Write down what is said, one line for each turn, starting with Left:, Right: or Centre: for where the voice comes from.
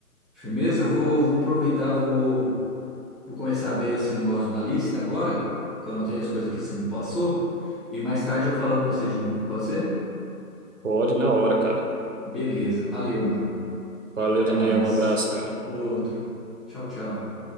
Centre: Firmeza? Vou, vou aproveitar, vou, vou começar a ver esse negócio da lista agora, que eu anotei as coisas que você me passou, e mais tarde eu falo com você de novo, pode ser?
Right: Pode na hora, cara.
Centre: Beleza, valeu, mano.
Right: Valeu,
Centre: Até
Right: Daniel.
Centre: mais.
Right: Um abraço, cara.
Centre: Outro. Tchau, tchau.